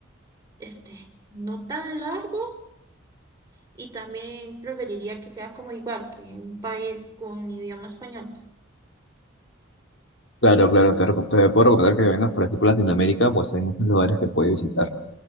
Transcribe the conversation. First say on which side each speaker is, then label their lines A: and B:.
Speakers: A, on the right; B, on the left.
A: este, no tan largo y también preferiría que sea como igual que un país con idioma español.
B: Claro, claro, te, reco- te puedo recomendar que vengas por aquí por Latinoamérica, pues hay muchos lugares que puedes visitar.